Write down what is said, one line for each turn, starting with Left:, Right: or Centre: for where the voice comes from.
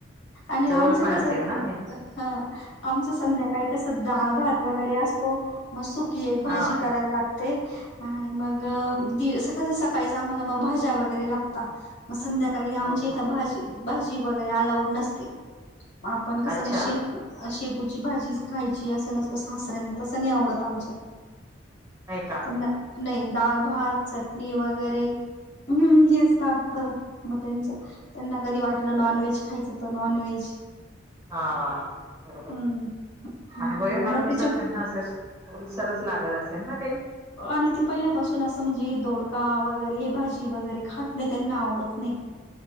Left: आणि
Right: जवळ
Left: आमचं
Right: पण
Left: कसं
Right: असेल ना आणि
Left: हा आमचं संध्याकाळी डाळ भात वगैरे असतो मग सुकी एक भाजी
Right: हा
Left: करायला लागते आणि मग
Right: हा,
Left: दि तसं सकाळीच आम्हाला मग भाज्या वगैरे लागता मग संध्याकाळी आमच्या
Right: हो
Left: इथं
Right: हो
Left: भाजी भाजी वगैरे अलाउड नसते आपण कसं
Right: अच्छा
Left: म शेपू शेपूची भाजीचं खायची असं नसतं सासऱ्यांना तसं नाही आवडत आमच्या
Right: य का
Left: नाही दाळ भात चटणी वगैरे हम् घस लागत मग त्यांच त्यांना कधी वाटलं नॉनव्हेज खायच. नॉनव्हेज
Right: हा बरोबर
Left: हम्म मग
Right: अनुभय
Left: ते
Right: मानानुसार
Left: मग त्याच्या
Right: त्यांना असे सरस लागत असेल ना काही,
Left: आणि ते पहिल्यापासून असं म्हणजे दोडका वगैरे भाजी वगैरे खात नाही त्यांना आवडत नाही.